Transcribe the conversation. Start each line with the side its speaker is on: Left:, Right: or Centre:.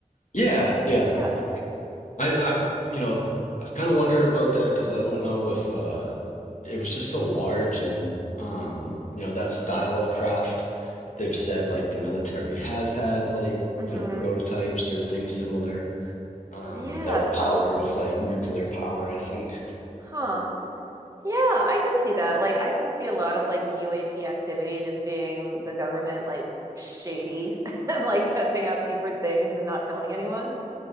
Left: Yeah, yeah.
Right: Yeah.
Left: I I've you know, I've kind of wondered about that because I don't know if uh it was just so large and um
Right: hmm
Left: you know that style of craft they've said like the military has had like
Right: hmm
Left: you know prototypes or things similar um,
Right: Yeah,
Left: that were
Right: so,
Left: powered with like nuclear power, I think.
Right: huh. Yeah, I could see that. Like, I can see a lot of like UAP activity just being the government like shady, <laughs> like testing out secret things and not telling anyone.